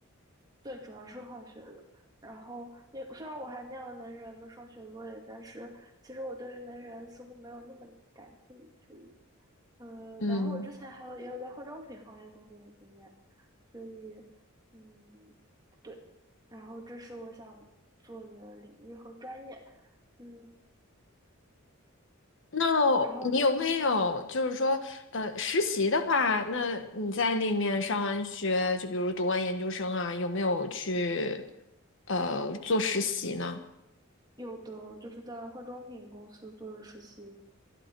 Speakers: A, on the right; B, on the left.
A: 对，主要是化学的。然后也虽然我还念了能源的双学位，但是其实我对于能源似乎没有那么感兴趣。呃，
B: 嗯，
A: 然后我之前还有也有在化妆品行业工作的经验，所以嗯，对，然后这是我想做的领域和专业，嗯，
B: 那
A: 然后
B: 你有没有就是说，呃，实习的话，那你在那面上完学，就比如读完研究生啊，有没有去呃做实习呢？
A: 有的就是在化妆品公司做的实习，